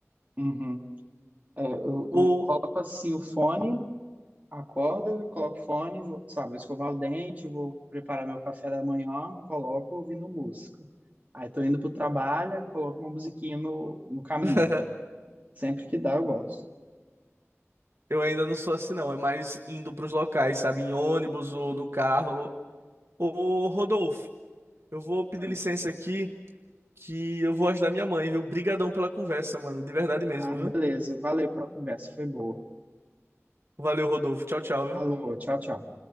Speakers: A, on the right; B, on the right.
A: Uhum. É, eu,
B: Ou
A: eu coloco assim o fone, acordo, coloco o fone, vou, sei lá, vou escovar o dente, vou preparar meu café da manhã, coloco ouvindo música. Aí tô indo pro trabalho, coloco uma musiquinha no, no caminho.
B: <laughs>
A: Sempre que dá, eu gosto.
B: eu ainda não sou assim, não, é mais indo pros locais, sabe? Em ônibus ou no carro. Ô, Rodolfo, eu vou pedir
A: Foi.
B: licença aqui. que eu vou ajudar minha mãe, viu? Brigadão pela conversa, mano. De verdade mesmo,
A: Ah,
B: viu?
A: beleza. Valeu pela conversa, foi boa.
B: Valeu, Rodolfo. Tchau, tchau, viu?
A: Alô, tchau, tchau.